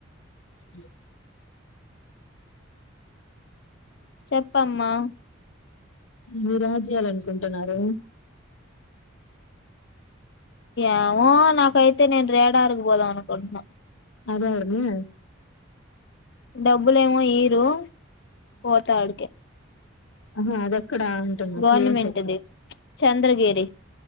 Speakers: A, on the left; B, on the left.
A: యో!
B: చెప్పు అమ్మా.
A: నీ, రాజ్యాలు అనుకుంటున్నారు.
B: ఏమో నాకైతే నేను రేడారుకి పోదాం అనుకుంటున్నా
A: అద అడన్న
B: డబ్బులే ఏమో ఈరు పోతా అడికిే
A: ఆహ అద ఎక్కడ ఉంటున్నా
B: గవర్నమెంట్ది
A: ప్లేస్ ఎక్కడ
B: చంద్రగిరి